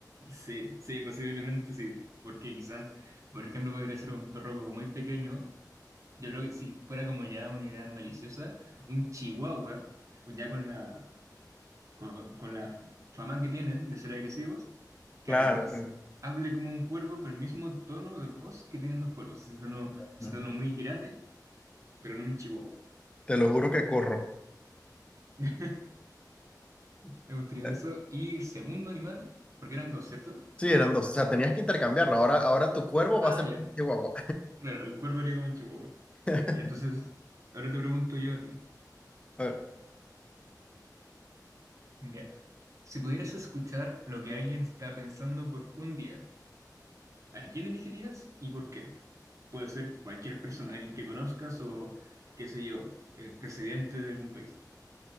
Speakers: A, on the right; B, on the left.
A: Sí, sí, posiblemente sí. Porque quizás, por ejemplo, podría ser un perro como muy pequeño. Yo creo que si fuera como ya una idea maliciosa, un chihuahua, ya con la, con, con la fama que tienen de ser agresivos, que
B: Claro.
A: además
B: claro.
A: hable como un cuervo con el mismo tono de voz que tienen los cuervos. Ese tono,
B: no,
A: ese tono muy grave, pero en un chihuahua.
B: te lo juro que corro.
A: <laughs> Me gustaría
B: Eh,
A: eso. Y el segundo animal, porque eran dos, ¿cierto?
B: Sí, eran dos. O sea, tenías que intercambiarlo. Ahora, ahora tu cuervo
A: Ah,
B: va a ser
A: ya.
B: un chihuahua.
A: Claro, el cuervo haría como el chihuahua.
B: <laughs>
A: Ya, entonces, ahora te pregunto yo a ti.
B: A ver,
A: Ya. Si pudieras escuchar lo que alguien está pensando por un día, ¿a quién elegirías y por qué? Puede ser cualquier persona, alguien que conozcas o, qué sé yo, el presidente de algún país.